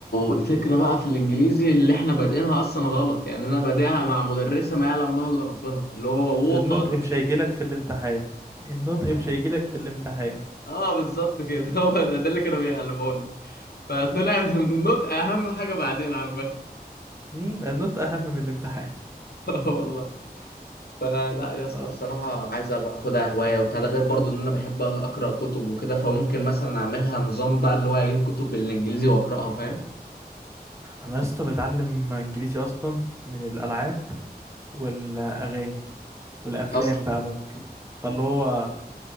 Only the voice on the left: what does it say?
الفكره بقى في الانجليزي اللي احنا بادئينها اصلا غلط يعني انا بادئها مع مدرسه ما يعلم بها الا ربنا اللي هو ووتر
انا
فاهم
اه بالظبط كده <laughs> هو ده, ده اللي كانوا بيعلموه لنا فطلع
النطق اهم حاجه بعدين عامه <laughs>
اه والله فلا يا اسطى
بصراحه عايز ابقى اخدها هوايه وبتاع ده غير برضو ان انا بحب اقرا كتب وكده فممكن مثلا اعملها نظام بقى اللي هو اجيب كتب بالانجليزي واقراها فاهم
اصلا